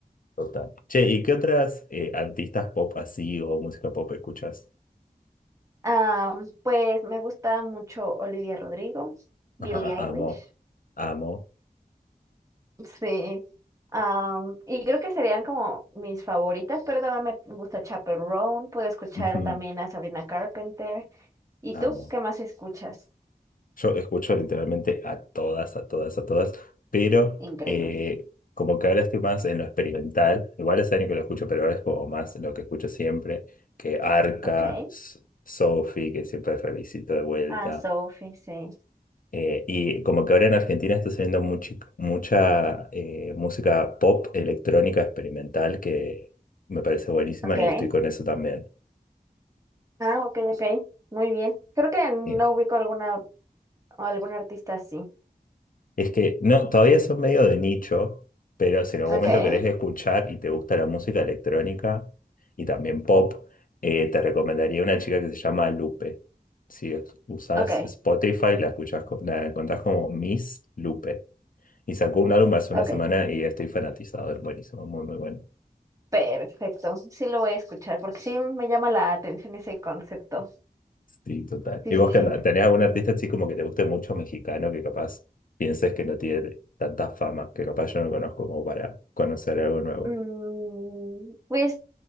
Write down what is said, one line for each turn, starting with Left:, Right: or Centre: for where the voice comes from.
Left: Total. Che, ¿y qué otras eh, artistas pop así o música pop escuchas?
Right: Ah, pues me gusta mucho Olivia Rodrigo,
Left: Ajá,
Right: Billie Eilish.
Left: amo, amo,
Right: Sí. Am, y creo que serían como mis favoritas, pero también me gusta Chappell Roan, puedo escuchar
Left: <laughs> ujú,
Right: también a Sabrina Carpenter. ¿Y
Left: amo.
Right: tú qué más escuchas?
Left: Yo escucho literalmente a todas, a todas, a todas, pero
Right: Increíble.
Left: eh, como que ahora estoy más en lo experimental, igual hace años que lo escucho, pero ahora es como más lo que escucho siempre, que Arca,
Right: okay.
Left: S- Sophie, que siempre revisito de vuelta,
Right: Ah, Sophie, sí.
Left: eh, y como que ahora en Argentina está saliendo muchi- mucha eh, música pop electrónica experimental que me parece buenísima
Right: okay.
Left: y estoy con eso también.
Right: Ah, ok, ok. Muy bien. Creo que no
Left: Eh,
Right: ubico alguna algún artista así.
Left: Es que no, todavía son medio de nicho, pero si en algún
Right: Okay,
Left: momento querés escuchar y te gusta la música electrónica y también pop, eh, te recomendaría una chica que se llama Lupe. Si es- usás
Right: okay,
Left: Spotify, la escuchás, co- la encontrás como Miss Lupe. Y sacó un álbum hace una
Right: okay.
Left: semana y estoy fanatizado, es buenísimo, muy, muy bueno.
Right: Perfecto. Sí lo voy a escuchar porque sí me llama la atención ese concepto.
Left: Sí, total.
Right: Sí,
Left: ¿Y
Right: sí,
Left: vos
Right: sí.
Left: qué onda? ¿Tenés algún artista así como que te guste mucho mexicano que capaz pienses que no tiene tanta fama, que capaz yo no conozco como para conocer algo nuevo?
Right: Mm, pues